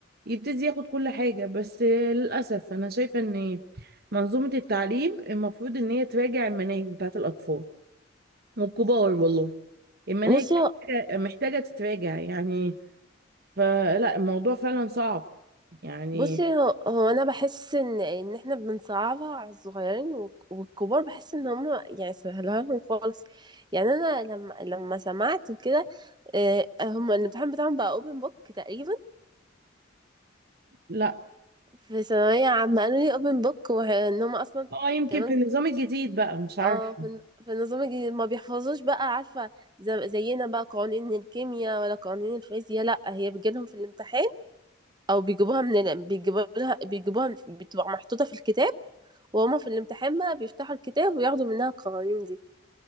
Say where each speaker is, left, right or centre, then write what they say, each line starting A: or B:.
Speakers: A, on the right; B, on the right.
A: يبتدي ياخد كل حاجه بس للاسف انا شايفه ان منظومه التعليم المفروض ان هي تراجع المناهج بتاعت الاطفال والكبار والله المناهج
B: بصي هو
A: محتاجة محتاجة تتراجع يعني فلا الموضوع فعلا صعب يعني
B: بصي هو, هو انا بحس ان ان احنا بنصعبها على الصغيرين والك- والكبار بحس ان هم يعني سهلوها لهم خالص يعني انا لما لما سمعت وكده آه، هم الامتحان بتاعهم بقى اوبن بوك تقريبا
A: لا
B: في ثانوية عامة قالوا لي اوبن بوك وان هم اصلا
A: اه يمكن
B: كمان
A: في النظام الجديد بقى مش عارفة
B: اه في الن- في النظام الجديد ما بيحفظوش بقى عارفة زي- زينا بقى قوانين الكيمياء ولا قوانين الفيزياء لا هي بتجيلهم في الامتحان او بيجيبوها من ال... بيجيبوها بيجيبوها من- بتبقى محطوطة في الكتاب وهما في الامتحان بقى بيفتحوا الكتاب وياخدوا منها القوانين دي